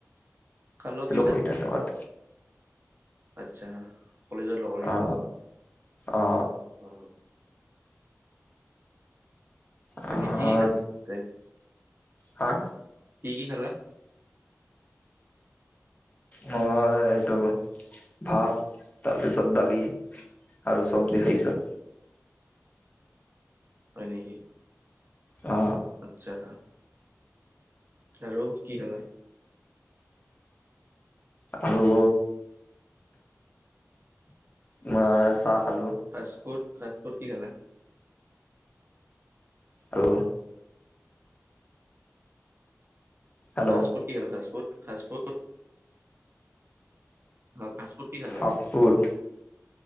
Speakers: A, on the right; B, on the left.
A: কাৰ লগত গৈছা?
B: লোকগীতাৰ লগত
A: আচ্ছা, কলেজৰ লগৰ কেইটাৰ
B: অ
A: লগত।
B: অ
A: অ,
B: অ,
A: এনে কি কি খালা?
B: হা,
A: কি কি খালা?
B: মই এইটো ভাত, তাৰপিছত দালি। আৰু চব্জি খাইছো।
A: হয় নেকি?
B: অ,
A: আচ্ছা, আৰু কি খালা?
B: আৰু
A: হয়
B: তোমাৰ চাহ খালোঁ।
A: ফাষ্টফুড কি খালা?
B: আৰু, হেল্ল'
A: ফাষ্টফুড কি আৰু ফাষ্ট ফুড অ, ফাষ্টফুড কি খালা?
B: ফাষ্ট ফুড